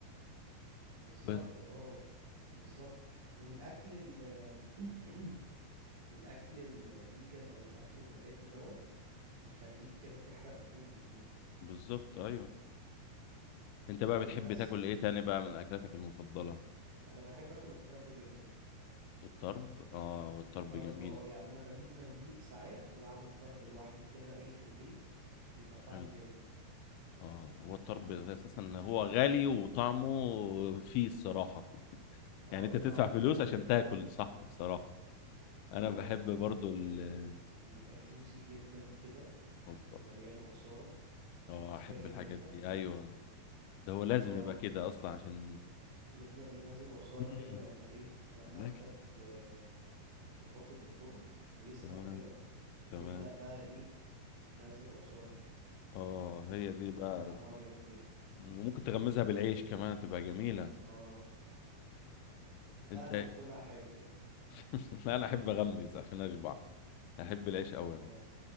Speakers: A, on the right (about 40°); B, on the left (about 85°).
A: بالظبط
B: بس
A: اه بالظبط والاكل ال <clears throat> الاكل الفيجن او الاكل النباتي دوت بيخليك كده تحرق دهون كتير
B: بالظبط ايوه انت بقى بتحب
A: بس
B: تاكل
A: بقى
B: ايه تاني بقى من اكلاتك المفضله
A: انا بحب اكل الطرب جدا
B: الطرب اه والطرب
A: الطرب
B: جميل
A: اه يعني انا بجيب منديل ساعات واعمل طرب لوحدي كده ايه في البيت بيبقى طعمه
B: حلو
A: جامد
B: اه هو الطرب اساسا هو غالي وطعمه فيه الصراحه
A: اه
B: يعني انت تدفع
A: طعمه
B: فلوس
A: فيه جدا
B: عشان تاكل صح الصراحه
A: اه
B: انا بحب برضو
A: وبيبقى
B: ال
A: جوسي جدا كده
B: اه
A: ومليان عصارة
B: آه، احب
A: فاهم
B: الحاجات
A: انت
B: دي ايوه ده هو لازم
A: اه
B: يبقى كده اصلا عشان
A: يفضل ينزل عصارة
B: <laughs>
A: كده لما ايه لما
B: الاكل
A: انت ت- تحطه في الفرن ويسخن
B: تمام
A: كده
B: تمام
A: تبدأ بقى ايه تنزل عصارة
B: اه هي دي
A: فبيبقى
B: بقى
A: طعمها جامد جدا
B: وممكن تغمزها بالعيش كمان تبقى جميله
A: اه
B: انت
A: لا انا باكلها حاف كده
B: <laughs> لا انا احب اغمز عشان اشبع احب العيش قوي
A: اه
B: انا